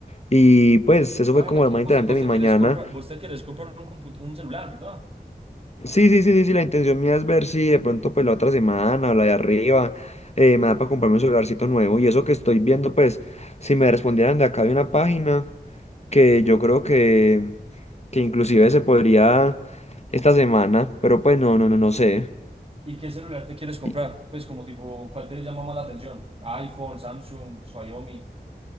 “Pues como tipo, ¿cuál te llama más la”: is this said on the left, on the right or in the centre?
Right